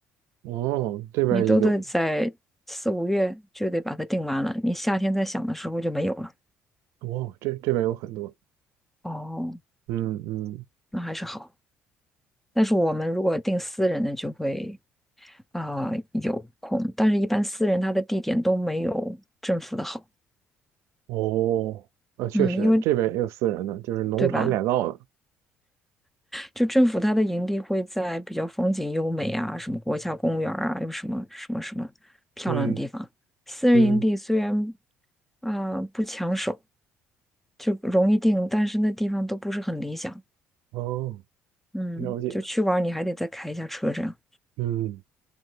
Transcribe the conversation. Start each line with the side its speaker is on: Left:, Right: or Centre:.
Right: 哦，这边儿也有，
Centre: 你都得在四五月就得把它定完了，你夏天再想的时候就没有了。
Right: 哦，这这边儿有很多，
Centre: 哦，
Right: 嗯嗯，
Centre: 那还是好。但是我们如果定私人的就会啊、有空，但是一般私人他的地点都没有政府的好。
Right: 哦，啊，确实，
Centre: 嗯，因为
Right: 这边儿也有私人的，就是农场改造的，
Centre: 对吧？就政府它的营地会在比较风景优美啊，什么国家公园儿啊，有什么什么什么漂亮的地方。
Right: 嗯
Centre: 私人营地虽然
Right: 嗯，
Centre: 啊、呃不抢手，就容易定，但是那地方都不是很理想。
Right: 哦，
Centre: 嗯，
Right: 了解，
Centre: 就去玩儿你还得再开一下车这样。
Right: 嗯，